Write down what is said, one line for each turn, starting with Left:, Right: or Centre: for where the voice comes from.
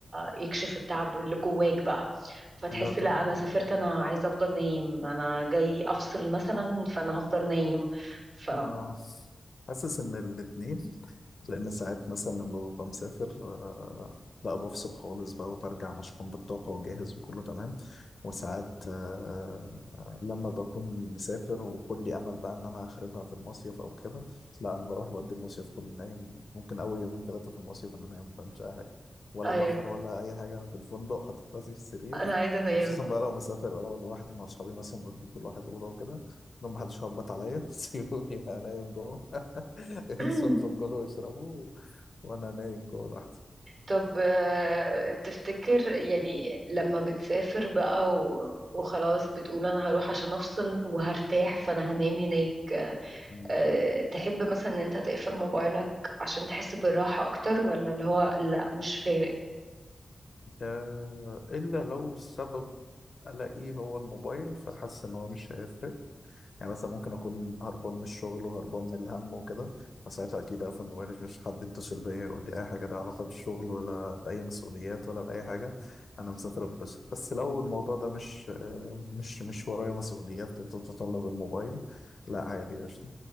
Right: يكشف التعب اللي جواك بقى فتحس
Left: لا طبعا
Right: لا انا سافرت انا عايزة افضل نايم انا جاي افصل مثلا فانا هفضل نايم ف
Left: اه حاسس إن الاتنين لأن ساعات مثلا لما ببقى مسافر آه لا بفصل خالص بقى وبرجع مشحون بالطاقة وجاهز وكله تمام وساعات آه، لما بكون مسافر وكل امل بقى ان انا اخربها في المصيف او كده لا انا بروح بقضي المصيف كله نايم ممكن اول يومين ثلاثه في المصيف انا نايم ما بعملش اي حاجه ولا
Right: ايوه
Left: بحر ولا اي حاجه انا في الفندق حاطط راسي في السرير
Right: انا عايزة انام
Left: وخصوصا بقى لو مسافر اه لوحدي مع اصحابي مثلا واخدين كل واحد اوضه وكده لو ما حدش خبط عليا <laughs> سيبوني بقى نايم جوه <laughs>
Right: <clears throat>
Left: قيسوا انتوا كلوا واشربوا وانا نايم جوه لوحدي
Right: طب آه، تفتكر يعني لما بتسافر بقى و- وخلاص بتقول انا هروح عشان افصل وهرتاح فانا هنام هناك
Left: مم.
Right: آه، تحب مثلا ان انت تقفل موبايلك عشان تحس بالراحة اكتر ولا اللي هو لا مش فارق
Left: آه، إلا لو السبب ألاقيه هو الموبايل فحاسس إن هو مش هيفرق يعني مثلا ممكن اكون هربان من الشغل وهربان من الهم وكده فساعتها اكيد اقفل موبايلي مش حد يتصل بيا يقول لي اي حاجه لها علاقه بالشغل ولا باي مسؤوليات ولا باي حاجه انا مسافر اتبسط بس لو الموضوع ده مش آه، مش مش ورايا مسؤوليات تتطلب الموبايل لا عادي قشطه